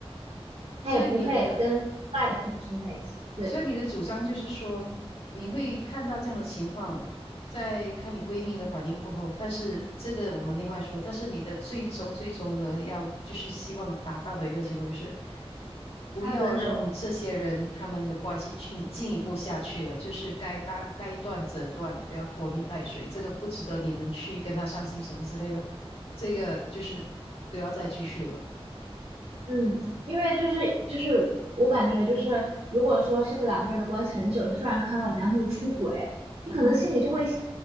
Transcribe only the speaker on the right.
他也不配跟外两个女生在一起，
对
他分手。
嗯，因为就是就是我感觉就是，如果说是两个人的关系很久，你突然看到你男朋友出轨，你可能心里就会想，